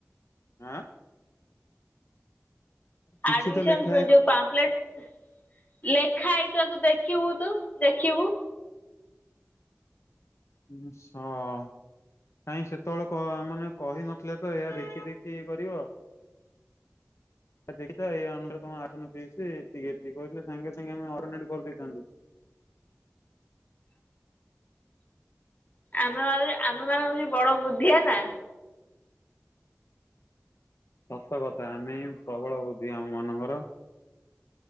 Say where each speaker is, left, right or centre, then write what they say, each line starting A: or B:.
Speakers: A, on the left (about 70°); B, on the left (about 35°).
A: ଆଁ। କିଛି
B: ଆଡ଼ମିଶନ୍
A: ତ ଲେଖା
B: ଯୋଉ
A: ହେଇନ
B: ପାମ୍ପପ୍ଲେଟ। ଲେଖା ହେଇଥିଲା ତୁ ଦେଖିବୁ ତୁ ଦେଖିବୁ।
A: ସ କାଇଁ ସେତେବେଳେ କ ମାନେ କହିନଥିଲେ ତ ଏହା ଦେଖି ଦେଖି କରିବ। ଆ ଦେଖି ତ ଏଇ ଅନୁସାରେ ତମ ଆସନ ଫିସି ଏତିକି ଏ କହିଥିଲେ ସାଙ୍ଗେ ସାଙ୍ଗେ ଆମେ ଅଲ୍ଟର୍ନୈଟ୍ କରିଦେଇଥାନ୍ତୁ।
B: ଆମେ ମାନେ ଆମେ ମାନେ ହୋଉଛି ବଡ ବୁଦ୍ଧିଆ ନା।
A: ସତ କଥା ଆମେ ପ୍ରବଳ ବୁଦ୍ଧି ଆମ ମାନଙ୍କର।